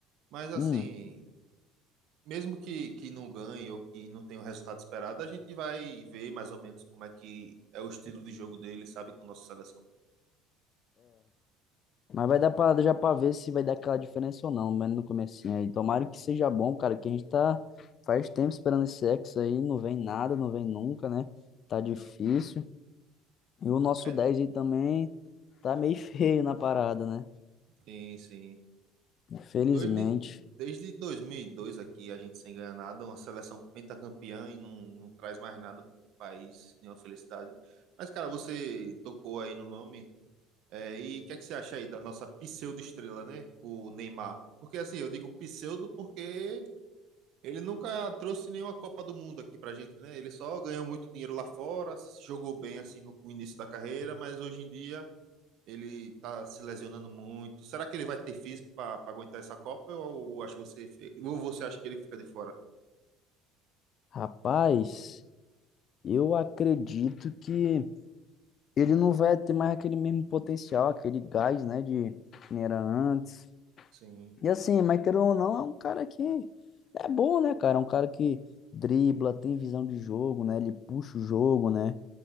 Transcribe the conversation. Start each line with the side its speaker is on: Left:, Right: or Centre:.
Right: mas assim,
Left: hum,
Right: mesmo que, que não ganhe ou que não tenha o resultado esperado, a gente vai ver mais ou menos como é que é o estilo de jogo dele, sabe, com a nossa seleção.
Left: Mas vai dar pra, já pra ver se vai dar aquela diferença ou não, mas no comecinho aí. Tomara que seja bom, cara, que a gente tá faz tempo esperando esse sexo aí, não vem nada, não vem nunca, né? Tá difícil.
Right: É,
Left: E o nosso
Right: é-
Left: dez aí também tá meio <laughs> feio na parada, né?
Right: Sim, sim.
Left: Infelizmente.
Right: Desde, desde 2002 aqui, a gente sem ganhar nada, uma seleção pentacampeã e não, não traz mais nada pro país, nenhuma felicidade. Mas, cara, você tocou aí no nome, é, e o que é que você acha aí da nossa pseudo-estrela, né? O Neymar. Porque, assim, eu digo pseudo porque Ele nunca trouxe nenhuma Copa do Mundo aqui pra gente, né? Ele só ganhou muito dinheiro lá fora, se jogou bem assim no início da carreira, mas hoje em dia ele tá se lesionando muito. Será que ele vai ter físico pra pra aguentar essa Copa? Ou, ou acho você fe- ou você acha que ele fica de fora?
Left: Rapaz, eu acredito que ele não vai ter mais aquele mesmo potencial, aquele gás, né, de que nem era antes.
Right: Sim,
Left: E assim, mas querendo ou não, é um cara que é bom, né, cara? É um cara que dribla, tem visão de jogo, né? Ele puxa o jogo, né?